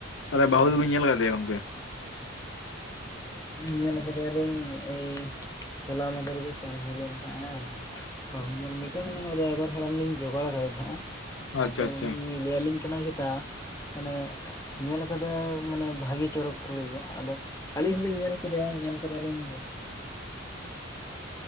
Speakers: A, on the left (about 75°); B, on the left (about 15°).
A: ᱛᱟᱦᱚᱞᱮ ᱵᱟᱹᱦᱩ
B: ᱦᱳᱭ
A: ᱫᱚᱵᱮᱱ ᱧᱮᱞ ᱠᱟᱫᱮᱭᱟ ᱜᱚᱝᱠᱮ?
B: ᱧᱮᱞ ᱟᱠᱟᱚᱫᱮᱭᱟᱟᱞᱤᱧ ᱮᱭ ᱦᱚᱞᱟ ᱢᱟᱫᱷᱮᱨ ᱜᱮ ᱥᱮᱱ ᱦᱩᱭᱞᱮᱱ ᱛᱟᱸᱦᱮ ᱮ᱾ ᱵᱟᱹᱦᱩ ᱧᱮᱞ ᱢᱤᱫᱴᱟᱝ ᱨᱟᱭᱵᱟᱨ ᱦᱟᱲᱟᱢ ᱞᱤᱧ ᱡᱚᱜᱽᱟᱲ ᱟᱠᱟᱫᱮ ᱛᱟᱦᱮᱸ-ᱟ᱾
A: ᱟᱪᱪᱷᱟ
B: ᱟᱫᱚ
A: ᱟᱪᱪᱷᱟ
B: ᱩᱱᱤ ᱞᱟᱹᱭᱟᱞᱤᱧ ᱠᱟᱱᱟ ᱪᱮᱛᱟ ᱢᱟᱱᱮ ᱧᱮᱞ ᱟᱫᱚ ᱢᱟᱱᱮ ᱵᱷᱟᱜᱤ ᱪᱚᱨᱚᱠ ᱠᱩᱲᱤ ᱜᱮ, ᱟᱫᱚ ᱟᱹᱞᱤᱧ ᱦᱚᱞᱤᱧ ᱧᱮᱞ ᱠᱮᱫᱮᱭᱟ ᱧᱮᱞ ᱠᱮᱫᱮᱭᱟ ᱞᱤᱧ